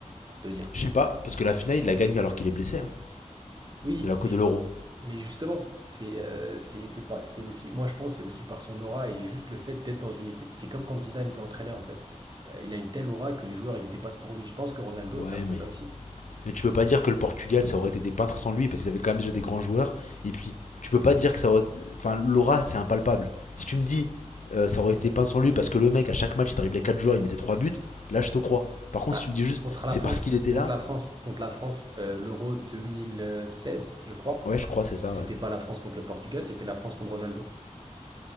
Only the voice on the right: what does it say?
pour te dire.
Oui,
mais
Mais justement, c'est euh, c'est c'est pas c'est aussi moi je pense c'est aussi par son aura et juste le fait d'être dans une équipe. C'est comme quand Zidane était entraîneur en fait. Euh, il a une telle aura que les joueurs ils se dépassent pour lui. Je pense que Ronaldo
c'est un peu
ça aussi.
Bah,
contre la
France,
contre
la France, contre la France, euh, l'Euro 2016 je crois.
C'était
pas la France contre le Portugal, c'était la France contre Ronaldo.